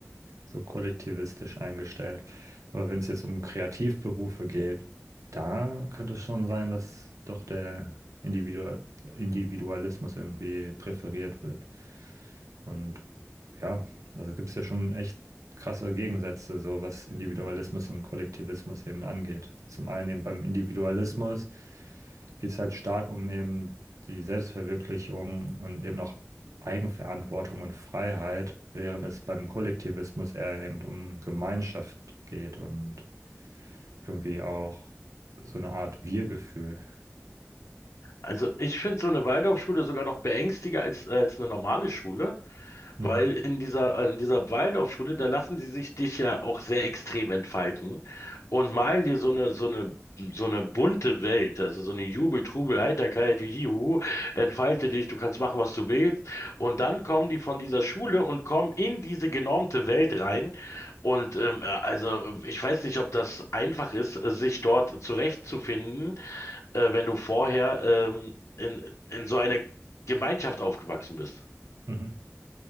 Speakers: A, on the right; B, on the left.
A: so kollektivistisch eingestellt. Aber wenn es jetzt um Kreativberufe geht, da könnte es schon sein, dass doch der Individual Individualismus irgendwie präferiert wird. Und ja, also gibt es ja schon echt krasse Gegensätze, so was Individualismus und Kollektivismus eben angeht. Zum einen eben beim Individualismus geht es halt stark um eben die Selbstverwirklichung und eben auch Eigenverantwortung und Freiheit, während es beim Kollektivismus eher eben um Gemeinschaft geht und irgendwie auch so eine Art Wir-Gefühl.
B: Also ich finde so eine Waldorfschule sogar noch beängstiger als, äh, als eine normale Schule.
A: Mhm,
B: Weil in dieser, also in dieser Waldorfschule, da lassen sie sich dich ja auch sehr extrem entfalten und malen dir so eine, so eine, so eine bunte Welt, also so eine Jubel, Trubel, Heiterkeit, Juhu, entfalte dich, du kannst machen, was du willst. Und dann kommen die von dieser Schule und kommen in diese genormte Welt rein. Und ähm, äh, also ich weiß nicht, ob das einfach ist, äh, sich dort zurechtzufinden, äh, wenn du vorher ähm, in, in so einer Gemeinschaft aufgewachsen bist.
A: mhm.